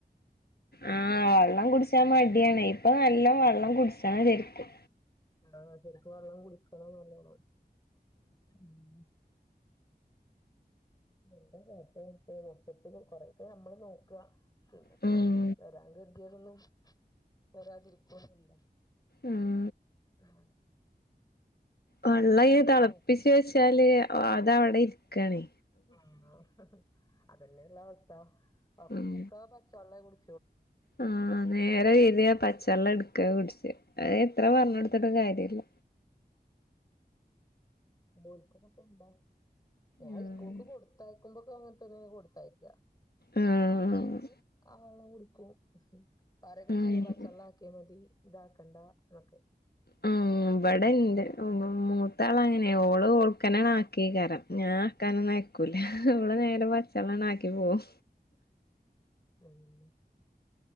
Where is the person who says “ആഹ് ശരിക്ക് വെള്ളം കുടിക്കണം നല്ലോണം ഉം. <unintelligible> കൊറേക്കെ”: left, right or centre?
Left